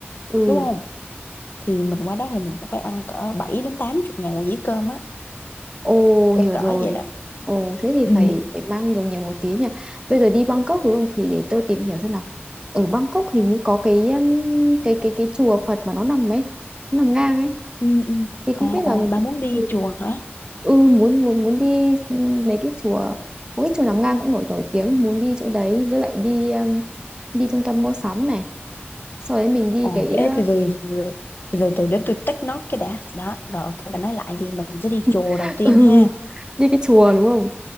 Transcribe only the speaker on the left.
đúng không thì mình qua đó thì mình cũng phải ăn cỡ 7 đến 80 ngàn một dĩa cơm á
cỡ
cỡ
vậy đó
Ừ.
ừ, ừ.
Ờ,
ờ, bà muốn đi
chùa hả
ờ,
ê,
từ từ từ từ từ từ từ để tôi take note cái đã đó rồi ok bà nói lại đi mình sẽ đi chùa
đầu tiên
ha